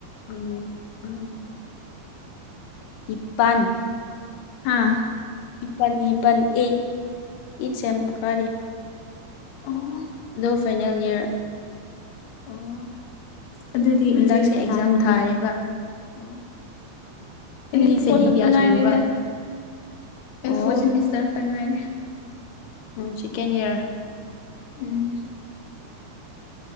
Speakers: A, on the left (about 70°); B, on the left (about 90°).
A: ꯎꯝ ꯎꯝ ꯏꯄꯟ
B: ꯍꯥꯥ
A: ꯏꯄꯟ ꯏꯄꯟ ꯏ ꯏꯠꯁꯦꯝ ꯀꯔꯦ
B: ꯑꯣ
A: ꯅꯣ ꯐꯥꯏꯅꯦꯜ ꯏꯌꯔ
B: ꯑꯣ ꯑꯗꯨꯗꯤ
A: ꯍꯟꯗꯛꯁꯦ
B: ꯏꯆꯦ
A: ꯑꯦꯛꯖꯥꯝ
B: ꯇꯥꯂꯤꯗꯤ
A: ꯊꯥꯔꯦꯕ
B: ꯑꯣ ꯑꯩꯅ
A: ꯅꯪꯗꯤ ꯆꯍꯤ
B: ꯐꯣꯔꯠ ꯈꯛꯇ
A: ꯀꯌꯥ
B: ꯉꯥꯏꯔꯤꯗ
A: ꯁꯨꯔꯕ
B: ꯑ
A: ꯑꯣ
B: ꯐꯣꯁꯤ ꯃꯤꯁꯇ ꯈꯛꯇ ꯉꯥꯏꯔꯦ
A: ꯎꯝ ꯁꯤꯀꯦꯟ ꯏꯌꯔ
B: ꯎꯝ